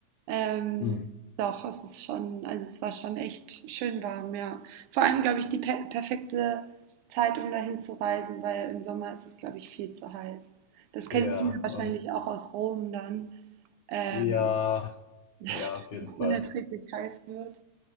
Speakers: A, on the right; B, on the left.
A: ähm,
B: Hm.
A: doch, es ist schon also es war schon echt schön warm, ja. Vor allem, glaube ich, die per perfekte Zeit, um dahin zu reisen, weil im Sommer ist es, glaube ich, viel zu heiß. Das
B: Ja,
A: kennst du ja wahrscheinlich
B: und
A: auch aus Rom dann, ähm,
B: ja,
A: <laughs> dass
B: ja,
A: es
B: auf jeden Fall.
A: unerträglich heiß wird.